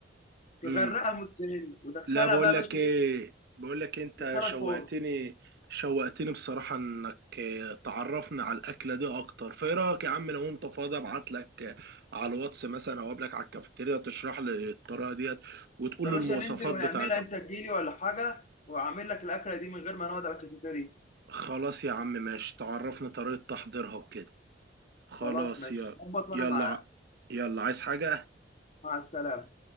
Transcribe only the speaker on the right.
امم.
لا بقول
لك
ايه
بقول لك إيه، انت
شوقتني
شوقتني بصراحة انك آه، تعرفنا على الأكلة دي اكتر فايه رأيك يا عم لو انت فاضي ابعت لك آه، على الواتس مثلا او قبلك على الكافيتيريا تشرح لي الطريقة ديت وتقول
لي
المواصفات
بتاعتها
خلاص يا عم ماشي تعرفني طريقة تحضيرها وكده خلاص
يا
يلا
ع- يلا عايز حاجة